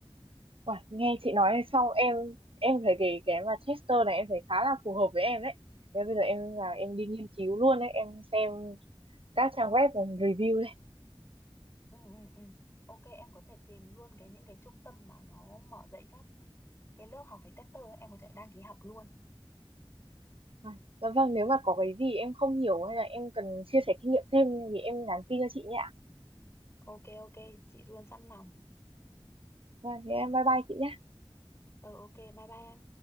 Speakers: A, on the right; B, on the left.
A: Uầy, nghe chị nói xong em em thấy cái cái mà Chester này em thấy khá là phù hợp với em đấy. Thế bây giờ em
B: ừ.
A: là em đi nghiên cứu luôn đấy, em xem các trang web và review đây.
B: Ừ, ừ, ừ. Ok em có thể tìm luôn cái những cái trung tâm mà nó mở dạy các cái lớp học về tester ấy, em có thể đăng ký học luôn.
A: À, dạ vâng, nếu mà có cái gì em không hiểu hay là em cần chia sẻ kinh nghiệm thêm thì em nhắn tin cho chị nhé. ạ.
B: Ok ok chị luôn sẵn lòng.
A: Vâng, thế em bye bye chị nhé.
B: Ừ ok bye bye em.